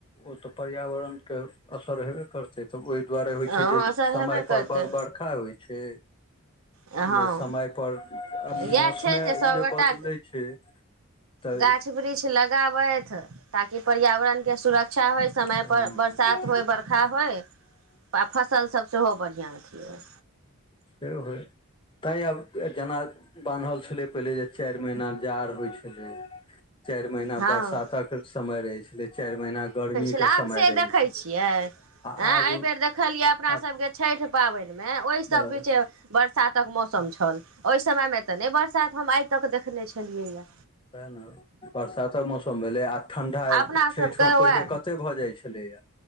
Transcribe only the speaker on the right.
हँ
असर
हेबे
करतै
हँ
इएह
छै सभगोटा
गाछ वृक्ष लगाबैथ ताकि पर्यावरण के सुर अच्छा होइ समय
पर बरसात होय बर्खा होय आ फसलसभ सेहो बढ़िआँ छियै
हँ
लाआब
से
देखे
छियै
ऐं
अयबेर देखलिये अपना
सब के छठ पाबनि ओहि सबी
छै बरसात तक मौसम छल ओहि समय मे तऽ नहि बरसात हम आइ तक देखने छलियै या
अपना
सबके
उएह